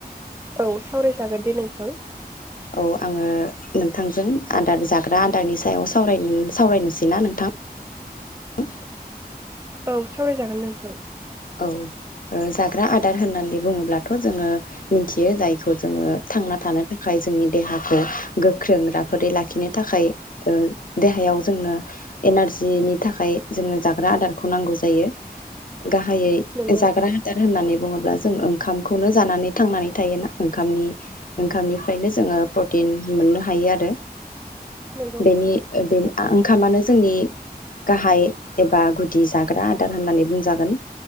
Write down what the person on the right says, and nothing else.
औ सावरायजागोन दे नोंथां।
औ सावरायजागोन नोंथां।
नंगौ
नंगौ